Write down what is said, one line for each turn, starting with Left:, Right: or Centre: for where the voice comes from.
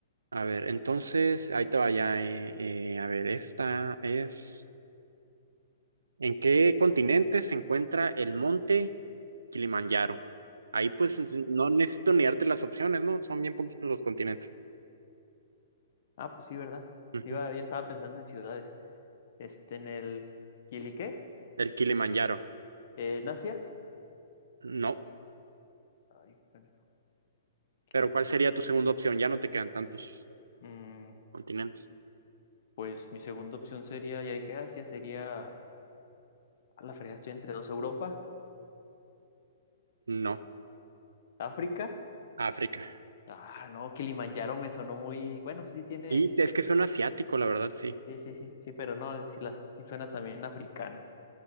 Right: A ver, entonces, ahí te vaya. eh, eh, a ver, esta es... ¿En qué continente se encuentra el monte Kilimanjaro. Ahí pues no necesito ni darte las opciones, ¿no? Son bien poquitos los continentes.
Left: Ah, pues sí, ¿verdad?
Right: Ujú.
Left: Iba, yo estaba pensando en ciudades. Este, en el... ¿Quiliqué?
Right: El Kilimanjaro.
Left: Eh, ¿en Asia?
Right: No.
Left: Ay, conejo, Kilimanjaro.
Right: Pero ¿cuál sería tu segunda opción? Ya no te quedan tantos
Left: Mm,
Right: continentes.
Left: Pues mi segunda opción sería, ya dije Asia, sería, a la fregada estoy entre dos, Europa,
Right: No.
Left: África.
Right: África.
Left: Ah, no, Kilimanjaro me sonó muy, bueno, pues sí tiene,
Right: Sí,
Left: sí,
Right: es
Left: sí,
Right: que suena asiático, la verdad, sí.
Left: sí, sí, sí, sí, pero no, sí, las, sí suena también africano.